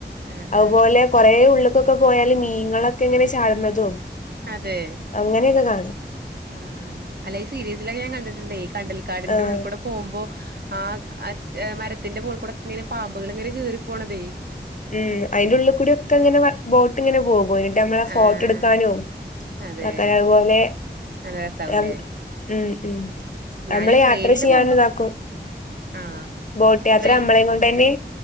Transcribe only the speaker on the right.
ആഹ്
ആഹ്
അതേ
ആഹ് അല്ല ഈ സീരിയൽസിലൊക്കെ ഞാ കണ്ട്ട്ടുണ്ടേ കണ്ടൽ ക്കാട്ന്റെ
ഉള്ള്കൂടെ പോവുമ്പോ ആഹ് മരത്തിന്റെ മോൾകൂടെ ഇങ്ങനെ പാമ്പ്കൾ ങ്ങനെ കേറി പോണതേ
ആഹ് അതെ
നല്ല രസാവൂലേ
ഞാന്
ട്രെയിനില്
പോകുമ്പോ
ആഹ്
ട്രെയിൻ